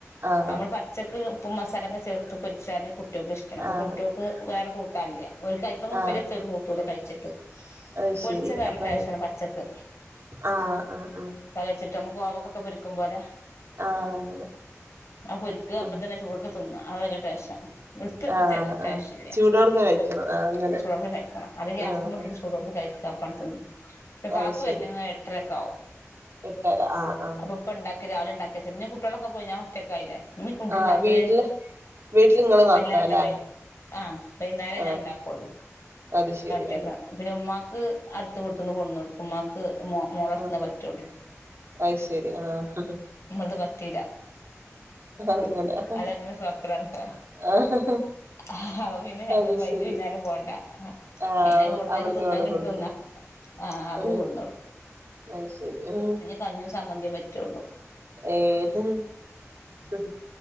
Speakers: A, on the right; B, on the left.
A: ആഹ്
B: നമ്മെൾ പച്ചെക്ക് ഉപ്പും മസാലൊക്കെ ചേർത്ത് പൊരിച്ചാല് കുട്ടിയാക്കും ഇഷ്ടാണ് അപ്പ
A: ആഹ്
B: കുട്ടിയോ ക്ക് വെറെ കൂട്ടാൻ ഇല്ല ഓൽക്ക് ക പ്പങ്ങ ഉപ്പെരി
A: ആഹ്
B: വെച്ചാ ഓൽ കൂട്ടുലാ കഴ്ച്ച്ട്ട്
A: അത്
B: പൊരിച്ചാ
A: ശരി
B: വെറെ
A: അപ്പൊ
B: ടെസ്റ്റാണ് പച്ചെക്ക്
A: ആഹ് ആഹ് ആഹ്
B: ച്ച്ട്ട് അമ്മെക്ക് കോവക്കൊക്കെ പൊരിക്കും പോലെ
A: ആഹ് അങ്ങനെ
B: ആഹ് പൊരിക്കാ അപ്പ
A: ഉം
B: തെന്നെ ചൂടൊട്ക്കെ തിന്നാ അത് നല്ല ടെസ്റ്റാ ഇട്ത്ത് വെപ്പിച്ചാ
A: ആഹ്
B: ടെസ്റ്റ്
A: ആഹ്
B: ഇല്ലാ
A: ചൂടോട്ക്കെ കഴിക്കണം ആഹ് അങ്ങനെ
B: ചൂടൊട്ക്കെ കഴിക്കെണം അല്ലെങ്കി ഗ്യാസ്മെട്ട്
A: ആഹ് ആഹ്
B: ചൂ ചൂടൊട്ക്കെ കഴിക്കാ അപ്പാണ്ട് തിന്ന ഇന്റെ
A: അത്
B: കാക്കു
A: ശരി
B: വെര്ണെങ്കി എട്ടര ഒക്കെ ആവും
A: എട്ടര ആഹ് ആഹ്
B: അപ്പം ഇപ്പം ഇണ്ടാക്കെ രാവിലെ ഇണ്ടാക്കി വെച്ച്ണ് ഇഞ്ഞ് കുട്ടിയാളൊക്കെ പോയി ഞാൻ ഒറ്റെക്ക് ആയിലെ ഇഞ്ഞ് ഫുഡ്
A: ആഹ്
B: ഇണ്ടാക്കെൽ
A: വീട്ടില് വീട്ടില് ഇങ്ങള് മാത്രാല്ലേ
B: വെല്ലാണ്ടെ വെെ ആഹ് വൈന്നാരെ
A: ആഹ്
B: ഞാ ഇണ്ടാക്കൊള്ളു
A: അത് ശരിയാ
B: കുട്ടിയാക്ക് അങ്ങനെ പിന്നെ ഉമ്മാക്ക് അട്ത്ത വീട്ട്ന്ന് കൊട്ന്നൊട് ഉമ്മാക്ക് മോ മോളെ അട്ത്ത്ന്നാ
A: ആഹ്
B: പറ്റൊള്ളു
A: അത് ശരി ആഹ്
B: ഇമ്മെൾത് പറ്റീലാ.
A: അങ്ങനെ
B: അത് അങ്ങനെ ഒര സോഹ്ക്കെടാണ് ഇപ്പോ
A: ആഹ്
B: അഹ് പിന്നെ ഞമ്മെൾ
A: അത്
B: ഇപ്പ അയിന്റെ
A: ശരി
B: പിന്നാലെ പോണ്ടാ
A: ആഹ്
B: അയിന ങ്ങള് എവിടെന്നെങ്കി
A: അവിടുന്ന്
B: തിന്നാൻ
A: കൊണ്ട്
B: കിട്ടി
A: കൊടുക്കുന്നു
B: തിന്നാ ആഹ അവര്
A: ഉം
B: കൊടുന്നോടുക്കും.
A: അത് ശരി ആ
B: കഞ്ഞിം സമ്മന്തിയേ പറ്റുള്ളു.
A: ഏ ഹു ഹ് ഹ്